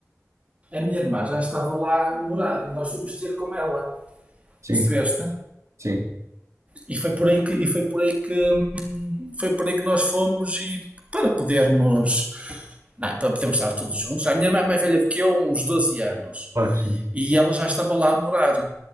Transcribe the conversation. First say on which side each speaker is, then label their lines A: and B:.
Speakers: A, on the right (about 25°); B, on the right (about 65°).
A: A minha irmã já estava lá a morar e nós fomos ter com ela.
B: Sim,
A: Percebeste?
B: sim,
A: E foi por aí que. E foi por aí que. hum, Foi por aí que nós fomos e para podermos. Não, é, para podermos estar todos juntos. A minha irmã é mais velha do que eu, uns 12 anos.
B: claro, sim,
A: E ela já estava lá a morar.